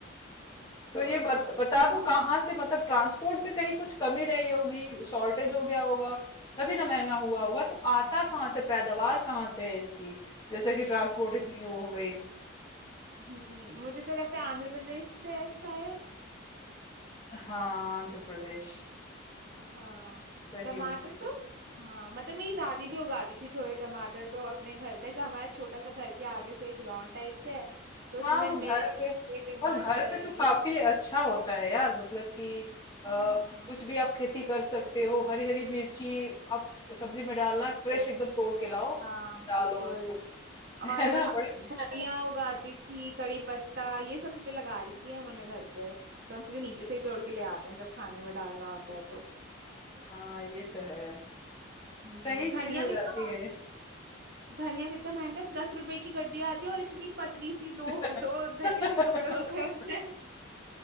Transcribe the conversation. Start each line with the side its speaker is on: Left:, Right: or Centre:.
Right: हाँ
Left: तो ये बत, बता दो कहाँ से मतलब ट्रांसपोर्ट में कहीं कुछ कमी रही होगी, शॉर्टेज हो गया होगा, तभी ना महंगा हुआ होगा। तो आता कहाँ से, पैदावार कहाँ से है इसकी? जैसे कि ट्रांसपोर्ट इतनी वो हो गई।
Right: हम्म मुझे तो लगता है आंध्र प्रदेश से है शायद
Left: हाँ, आंध्र प्रदेश।
Right: हाँ
Left: सही
Right: टमाटर
Left: बोली।
Right: तो हाँ मतलब मेरी दादी भी उगाती थी थोड़े टमाटर तो अपने घर पे से हमारा छोटा सा घर के आगे से एक लॉन टाइप से है तो उसमें
Left: हाँ
Right: हमने
Left: वो घर
Right: मिर्च
Left: पे
Right: ये टमाटर
Left: और घर पे तो काफी
Right: ये सब
Left: अच्छा होता है यार मतलब कि आ,
Right: हाँ
Left: कुछ भी आप खेती कर सकते हो हरी हरी मिर्ची आप सब्जी में डालना है, फ्रेश एकदम तोड़ के लाओ
Right: हाँ बिल्कुल
Left: डालो उसको <laughs>
Right: और
Left: है ना
Right: ह-
Left: बड़े
Right: धनिया उगाती थी कड़ी पत्ता ये सब चीजें लगा रखी है उन्होंने घर पे तो हम सीधे नीचे से ही तोड़ के ले आते हैं जब खाने में डालना होता है तो
Left: हाँ ये तो है
Right: हम्म,
Left: सही चीज
Right: धनिया
Left: हो
Right: कितना
Left: जाती है
Right: धनिया कितना महंगा है? दस रुपए की गड्डी आती है और इतनी पतली सी दो
Left: <laughs>
Right: दो धनिया के टुकड़े होते हैं उसमें